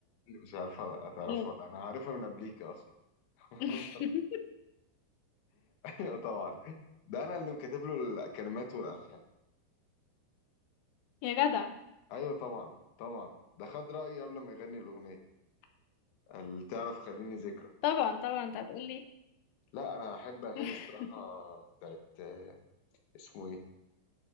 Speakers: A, on the left (about 70°); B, on the left (about 90°).
A: اللي مش عارفة هتعرفها
B: ايوه
A: ولا أنا عارفها من قبليك أصلا <laughs>
B: <laughs>
A: أيوة طبعا ده أنا اللي كاتب له الكلمات والألحان
B: يا جدع
A: أيوة طبعا طبعا ده خد رأيي قبل ما يغني الأغنية قال تعرف خليني ذكرى
B: طبعا طبعا انت هتقولي
A: لا أنا أحب أغاني
B: <laughs>
A: الصراحة بتاعت آه، اسمه إيه